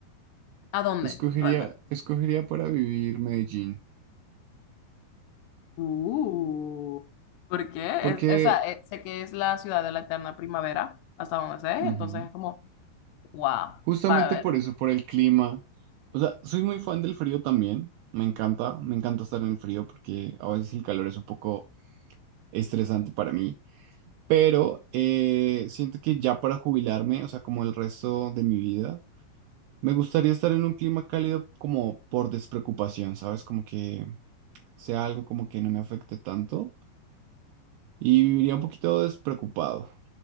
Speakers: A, on the left; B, on the right.
A: ¿a dónde
B: Escogería,
A: realmente?
B: escogería para vivir Medellín,
A: Uh, ¿Por qué?
B: porque
A: Es, esa, eh, sé que es la ciudad de la eterna primavera, hasta donde sé,
B: ujú,
A: entonces es como, wow,
B: justamente
A: para ver.
B: por eso, por el clima. O sea, soy muy fan del frío también, me encanta, me encanta estar en el frío porque a veces el calor es un poco estresante para mí. pero eh, siento que ya para jubilarme, o sea, como el resto de mi vida, me gustaría estar en un clima cálido como por despreocupación, ¿sabes? Como que sea algo como que no me afecte tanto y viviría un poquito despreocupado.